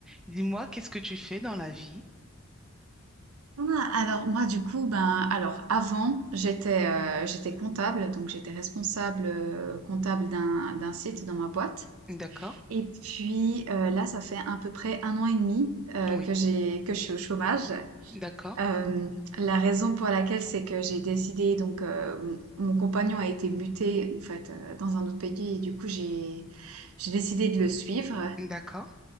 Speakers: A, in the centre; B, on the right.
A: Dis-moi, qu'est-ce que tu fais dans la vie?
B: Ah, alors moi du coup ben alors avant j'étais euh, j'étais comptable donc j'étais responsable euh, comptable d'un d'un site dans ma boîte
A: D'accord,
B: et puis euh, là ça fait à peu près un an et demi euh,
A: oui,
B: que j'ai que je suis au chômage
A: d'accord,
B: Euh, la raison pour laquelle c'est que j'ai décidé donc euh, mon, mon compagnon a été muté en fait euh, dans un autre pays et du coup j'ai j'ai décidé de le suivre
A: d'accord,